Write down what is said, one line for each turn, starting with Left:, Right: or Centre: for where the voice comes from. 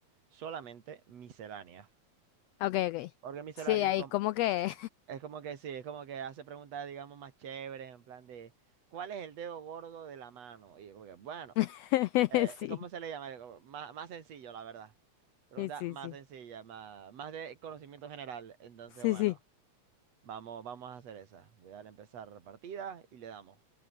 Right: solamente miscelánea.
Left: Ok, ok.
Right: Porque miscelánea
Left: Sí, ahí
Right: es como,
Left: como que.
Right: es como que sí, es como que hace preguntas, digamos, más chéveres, en plan de, ¿cuál es el dedo gordo de la mano? Y yo como que, bueno,
Left: <laughs>
Right: eh,
Left: Sí.
Right: ¿cómo se le llama? Como Más, más sencillo, la verdad. Pregunta
Left: Y sí,
Right: más
Left: sí.
Right: sencilla, más, más de conocimiento general. Entonces,
Left: Sí,
Right: bueno,
Left: sí.
Right: vamos, vamos a hacer esa. Voy a darle a empezar partida y le damos.